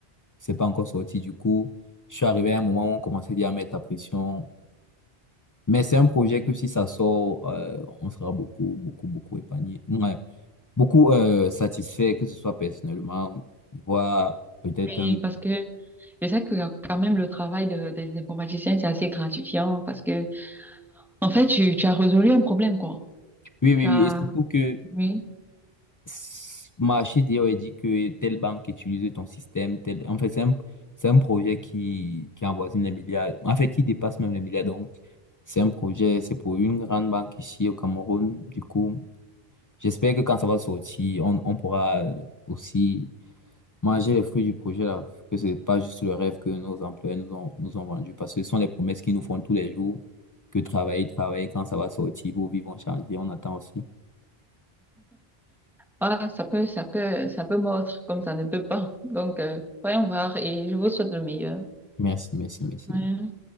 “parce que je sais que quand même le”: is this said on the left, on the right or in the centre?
Centre